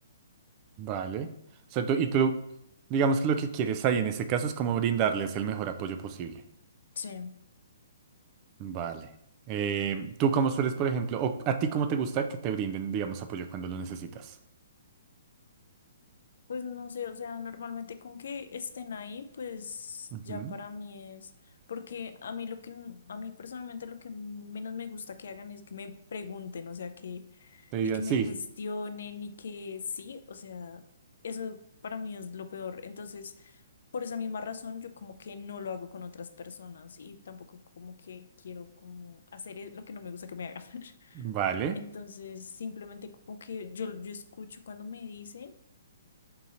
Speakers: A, on the right; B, on the left.
A: Vale. O sea, tú, y tú, digamos que lo que quieres ahí en ese caso es como brindarles el mejor apoyo posible.
B: Sí.
A: Vale. Eh, ¿tú cómo sueles, por ejemplo, o a ti cómo te gusta que te brinden, digamos, apoyo cuando lo necesitas?
B: Pues no sé, o sea, normalmente con que estén ahí, pues
A: Ujú.
B: ya para mí es, porque a mí lo que, n- a mí personalmente lo que menos me gusta que hagan es que me pregunten, o sea, que,
A: Te digan,
B: y que me
A: sí,
B: cuestionen y que sí, o sea, eso para mí es lo peor. Entonces, por esa misma razón, yo como que no lo hago con otras personas y tampoco como que quiero como hacer es- lo que no me gusta que me hagan. <laughs>
A: vale,
B: Entonces, simplemente como que yo, yo escucho cuando me dicen